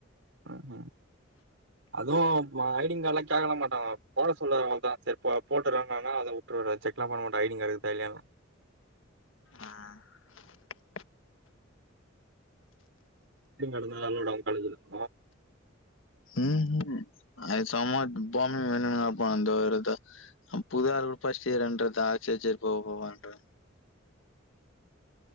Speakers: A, on the right (about 70°); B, on the left (about 80°).
A: ம் அதுவு மா ஐடிங் கார்ட் எல்லா கேட்கலா மாட்டாங்க போட சொல்லற அவுங்கட செரி போ போட்டுறேனானா அதவு வுட்ருவாரு செக்லாம் பண்ண மாட்டா ஐடிங்கார்டு இருக்குதா இல்லயான்லா
B: ஆஹ் உஹ
A: நீங்க அழுகனு அதோட அவுங்கத்தழுகுது மோ
B: உ ஹூம் அது சும்மா டூபாமி மீனீங்கா இருப்பா அந்த ரத அப்போவே அது ஒரு ஃபர்ஸ்ட்டு இயர்ன்றதா சேரி சேரி போ போ பான்றதா